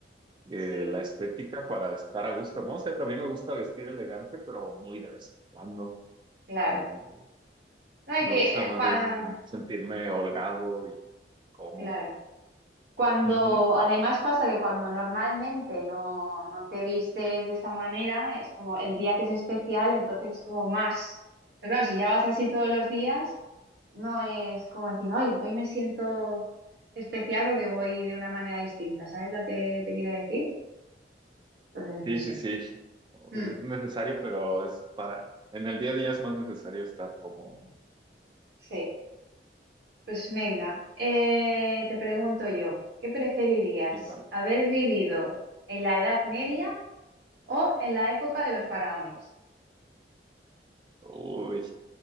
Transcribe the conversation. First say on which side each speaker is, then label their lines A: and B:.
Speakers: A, on the right (about 25°); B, on the right (about 60°).
A: que
B: sí,
A: la estética para estar a gusto, ¿no? O sea, también me gusta vestir elegante, pero muy de vez en cuando.
B: claro.
A: Y
B: No hay
A: me
B: que,
A: gusta más
B: cua-
A: bien sentirme holgado y cómodo.
B: claro. Cuando,
A: Ujú.
B: además pasa que cuando normalmente no, no te vistes de esa manera, es como el día que es especial, entonces es como más. Pero claro, si ya vas así todos los días, no es como decir, hoy, hoy me siento especial porque voy de una manera distinta, ¿sabes lo que te quiero decir? Entonces,
A: Sí,
B: no sé.
A: sí, sí.
B: Mm,
A: Es necesario, pero es para... En el día a día es más necesario estar como...
B: sí, pues venga, eh, te pregunto yo, ¿qué preferirías?
A: Silva.
B: ¿Haber vivido en la Edad Media o en la época de los faraones?
A: Uy.